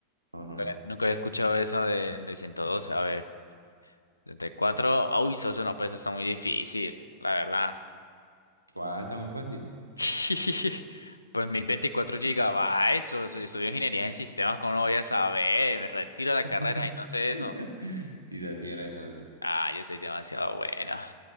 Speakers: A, on the right; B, on the left.
A: No,
B: Nunca,
A: no, no.
B: nunca había escuchado eso de, de 112. a ver, 74. Uy, socio, no, pues eso está muy difícil, la verdad.
A: ¿Cuál está muy fácil?
B: <laughs> Pues 1024 gigabytes, o eso, yo estudio ingeniería en sistemas, ¿cómo no voy a saber? Me retiro de la
A: <laughs>
B: carrera y no sé eso.
A: Si así era esa opción.
B: Ah, yo soy demasiado buena.